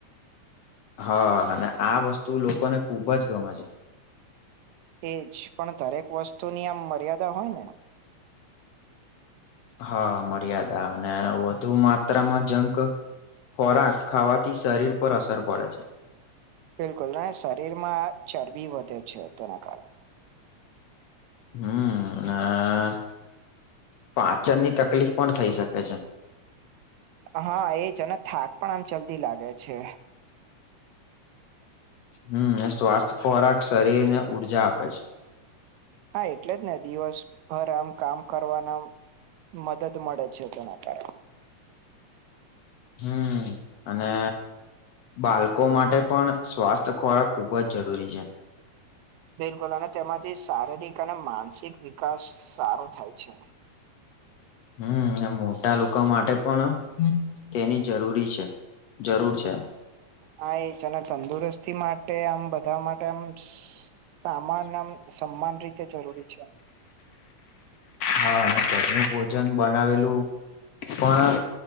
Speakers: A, on the left (about 70°); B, on the right (about 80°).
A: હા અને આ વસ્તુ લોકોને ખુબ જ ગમે છે
B: એ જ પણ દરેક વસ્તુની આમ મર્યાદા હોય ને
A: હા મર્યાદા અને વધુ માત્રામાં જંક ખોરાક ખાવાથી શરીર પર અસર પડે છે
B: બિલકુલ અને શરીરમાં ચરબી વધે છે તેના કારણે
A: હમ પાચન ની તકલીફ પણ થઈ શકે છે
B: હા એજ અને થાક પણ આમ ચાલતી લાગે છે
A: હમ એ સ્વાસ્થ્ય ખોરાક શરીર ને ઉર્જા આપે છે
B: હા એટલે જ ને દિવસભર આમ કામ કરવાનામ મદદ મળે છે પણ આકાર
A: હમ અને બાળકો માટે પણ સ્વાસ્થ્ય ખોરાક ખુબ જ જરૂરી છે
B: બિલકુલ અને તેમાંથી શારીરિક અને માનસિક વિકાસ સારો થાય છે
A: હમ મોટા લોકો માટે પણ તેની જરૂરી છે જરૂર છે
B: હા એ છે અને તંદુરસ્તી માટે આમ બધા માટે આમ સામાન આમ સમાંન રીતે જરૂરી છે
A: હા અને ઘરનું ભોજન બનાવેલું પણ